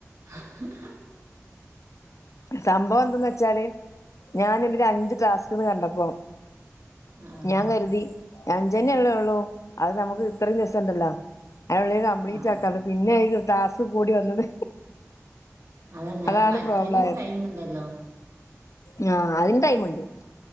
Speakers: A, on the right (about 65°); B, on the left (about 70°).
A: ഹ ഹ ഹ.
B: സംഭവം എന്തന്ന് വെച്ചാല് ഞാന്ത് രണ്ട് ടാസ്ക് ന്ന് കണ്ടപ്പോ-
A: ആഹ്
B: ഞാ കര്തി അഞ്ചണ്ണേ ല്ലേ ള്ളൂ അത് നമുക്ക് ഇത്രിം ദിവസണ്ടല്ലോ. അയ്നുള്ളി കംപ്ലീറ്റ്
A: ആഹ്
B: ആക്കാന്ന് പിന്നെനു ടാസ്ക് കൂടി വന്നത്.
A: അതന്നെ
B: അതാണ്
A: അ മറ്റേൻ
B: പ്രോബ്ലം
A: ടൈമ്ണ്ടല്ലോ.
B: ഞാ അതിന് ടൈമ്ണ്ട്